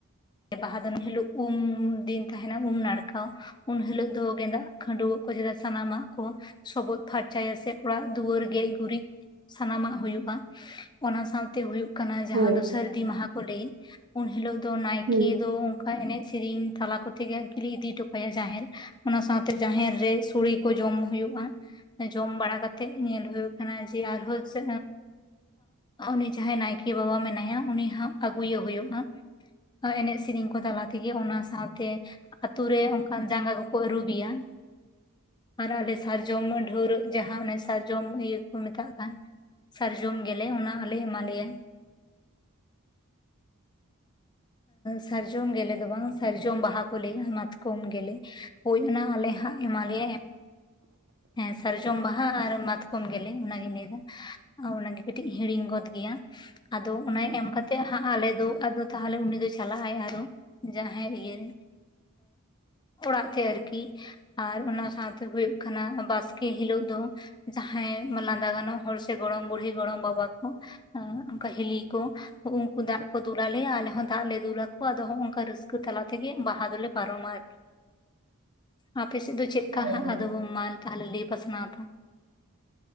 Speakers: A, on the left; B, on the right.
A: ᱵᱟᱦᱟ ᱫᱤᱱ ᱦᱤᱞᱳᱜ ᱩᱢ ᱫᱤᱱ ᱛᱟᱦᱮᱱᱟ ᱩᱢ ᱱᱟᱲᱠᱟ ᱩᱱ ᱦᱤᱞᱳᱜ ᱫᱚ ᱜᱮᱸᱫᱟᱜ ᱠᱷᱟᱹᱰᱩᱣᱟᱹᱜ ᱠᱚ ᱪᱮᱫᱟ ᱥᱟᱱᱟᱢᱟᱜ ᱠᱚ ᱥᱚᱵᱚᱫ ᱯᱷᱟᱨᱪᱟᱭᱟ ᱥᱮ ᱚᱲᱟᱜ ᱫᱩᱣᱟᱹᱨ ᱜᱮᱡ ᱜᱩᱨᱤᱡ ᱥᱟᱱᱟᱢᱟᱜ ᱦᱩᱭᱩᱜᱼᱟ ᱚᱱᱟ ᱥᱟᱶᱛᱮ ᱦᱩᱭᱩᱜ ᱠᱟᱱᱟ ᱡᱟᱦᱟᱸ
B: ᱦᱳᱭ
A: ᱫᱚ ᱥᱟᱹᱨᱫᱤ ᱢᱟᱦᱟ ᱠᱚ ᱞᱟᱹᱭ ᱩᱱ ᱦᱤᱞᱳᱜ ᱫᱚ ᱱᱟᱭᱠᱮ
B: ᱦᱩᱸ
A: ᱫᱚᱼᱼ ᱚᱱᱠᱟ ᱮᱱᱮᱡ ᱥᱮᱨᱮᱧ ᱛᱟᱞᱟ ᱠᱚᱛᱮᱜ ᱜᱮ, ᱟᱨᱠᱤ ᱞᱮ ᱤᱫᱤ ᱦᱚᱴᱚ ᱠᱟᱭᱟ ᱡᱟᱦᱮᱨ ᱾ ᱚᱱᱟ ᱥᱟᱶᱛᱮ ᱡᱟᱦᱮᱨ ᱨᱮ ᱥᱩᱲᱤ ᱠᱚ ᱡᱚᱢ ᱦᱩᱭᱩᱜᱼᱟ ᱾ ᱡᱚᱢ ᱵᱟᱲᱟ ᱠᱟᱛᱮᱜ ᱧᱮᱞ ᱦᱩᱭᱩᱜ ᱠᱟᱱᱟ ᱡᱮ ᱟᱨ ᱦᱚᱸ ᱡᱮᱼᱼ ᱩᱸᱩᱱᱤ ᱡᱟᱦᱟᱸᱭ ᱱᱟᱭᱠᱮ ᱵᱟᱵᱟ ᱢᱮᱱᱟᱭᱟ ᱩᱱᱤ ᱦᱟᱸ ᱟᱹᱜᱩᱭᱮ ᱦᱩᱭᱩᱜᱼᱟ ᱾ ᱮᱱᱮᱡ ᱥᱮᱨᱮᱧ ᱠᱚ ᱛᱟᱞᱟ ᱛᱮᱜᱮ ᱚᱱᱟ ᱥᱟᱶᱛᱮᱼᱼ ᱟᱛᱩ ᱨᱮ ᱚᱱᱠᱟᱱ ᱡᱟᱸᱜᱟ ᱠᱚᱠᱚ ᱟᱹᱨᱩᱵᱮᱭᱟ ᱾ ᱟᱨ ᱟᱞᱮ ᱥᱟᱨᱡᱚᱢ ᱰᱷᱣᱨᱟᱹᱜ ᱡᱟᱦᱟᱸ ᱚᱱᱮ ᱥᱟᱨᱡᱚᱢ ᱤᱭᱟᱹ ᱠᱚ ᱢᱮᱛᱟᱜ ᱠᱟᱱᱼᱼ ᱥᱟᱨᱡᱚᱢ ᱜᱮᱞᱮ ᱚᱱᱟ ᱟᱞᱮ ᱮᱢᱟᱞᱮᱭᱟ ᱾ ᱥᱟᱨᱡᱚᱢ ᱜᱮᱞᱮ ᱫᱚ ᱵᱟᱝ ᱥᱟᱨᱡᱚᱢ ᱵᱟᱦᱟ ᱠᱚ ᱞᱟᱹᱭᱟ ᱢᱟᱛᱠᱚᱢ ᱜᱮᱞᱮ ᱾ ᱦᱳᱭ ᱚᱱᱟ ᱟᱞᱮ ᱦᱟᱸᱜ ᱮᱢᱟᱞᱮᱭᱟᱭ ᱾ ᱦᱮᱸ ᱥᱟᱨᱡᱚᱢ ᱵᱟᱦᱟ ᱟᱨ ᱢᱟᱛᱠᱚᱢ ᱜᱮᱞᱮ ᱚᱱᱟᱜᱤᱧ ᱞᱟᱹᱭ ᱮᱫᱟ ᱚᱱᱟᱜᱮ ᱾ ᱠᱟᱹᱴᱤᱡ ᱤᱧ ᱦᱤᱲᱤᱧ ᱜᱚᱫ ᱜᱮᱭᱟ ᱟᱫᱚ ᱚᱱᱟ ᱮᱢ ᱠᱟᱛᱮ ᱟᱞᱮ ᱫᱚᱼᱼ ᱛᱟᱦᱚᱞᱮ ᱩᱱᱤ ᱫᱚᱭ ᱪᱟᱞᱟᱜᱼᱟᱭ ᱟᱨᱚ ᱡᱟᱦᱟᱭ ᱤᱭᱟᱹ ᱨᱮᱼᱼ ᱚᱲᱟᱜ ᱛᱮ ᱟᱨᱠᱤ, ᱟᱨ ᱚᱱᱟ ᱥᱟᱣᱛᱮ ᱦᱩᱭᱩᱜ ᱠᱟᱱᱟ ᱵᱟᱥᱠᱮ ᱦᱤᱞᱳᱜ ᱫᱚᱼᱼ ᱡᱟᱦᱟᱸᱭ ᱞᱟᱸᱫᱟ ᱜᱟᱱᱚᱜ ᱦᱚᱲ ᱥᱮ ᱜᱚᱲᱚᱢ ᱵᱩᱲᱦᱤ ᱜᱚᱲᱚᱢ ᱵᱟᱵᱟ ᱠᱚᱼᱼ ᱚᱱᱠᱟ ᱦᱤᱞᱤ ᱠᱚ ᱩᱱᱠᱩ ᱫᱟᱜ ᱠᱚ ᱫᱩᱞ ᱟᱞᱮᱭᱟ ᱾ ᱟᱞᱮᱼᱼ ᱫᱟᱜ ᱞᱮ ᱫᱩᱞᱟᱠᱚᱭᱟ ᱟᱫᱚ ᱦᱚᱜᱼᱚ ᱚᱱᱠᱟ ᱨᱟᱹᱥᱠᱟᱹ ᱛᱟᱞᱟ ᱛᱮᱜᱮ ᱵᱟᱦᱟ ᱫᱚᱞᱮ ᱯᱟᱨᱚᱢᱟ ᱟᱨᱠᱤ ᱾ ᱟᱯᱮ ᱥᱮᱫ ᱫᱚ ᱪᱮᱫᱞᱮᱠᱟ
B: ᱦᱳᱭ
A: ᱦᱟᱸᱜ
B: ᱦᱳᱭ
A: ᱟᱫᱚ ᱢᱟ ᱛᱟᱦᱞᱮ ᱞᱟᱹᱭ ᱯᱟᱥᱱᱟᱣ ᱛᱟᱢ?